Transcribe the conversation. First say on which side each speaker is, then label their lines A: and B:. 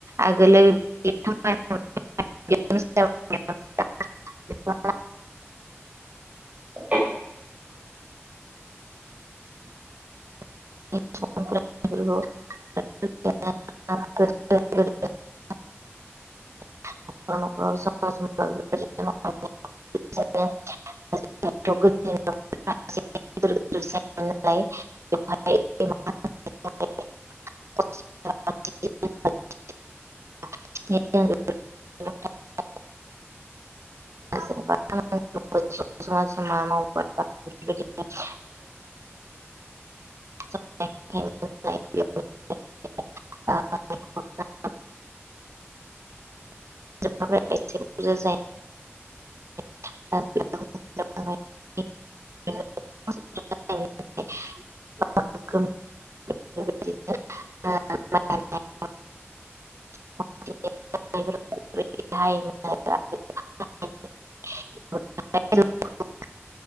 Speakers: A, on the right (about 80°); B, on the right (about 25°).
A: आगोलो <unintelligible>
B: <inaudible>
A: <unintelligible>
B: <inaudible>
A: <unintelligible>
B: <inaudible>
A: <unintelligible> <unintelligible> गोदोर गोदोर जायोमोन नालाय बेवहाय <unintelligible> <unintelligible> सोरबा सोरबा <unintelligible> जमा जमा माव <unintelligible> बेफोरबायदिनो बिदा फंबायफोराबो <unintelligible> <unintelligible> <unintelligible> <unintelligible> <unintelligible> <unintelligible>
B: <inaudible>
A: <unintelligible> <unintelligible>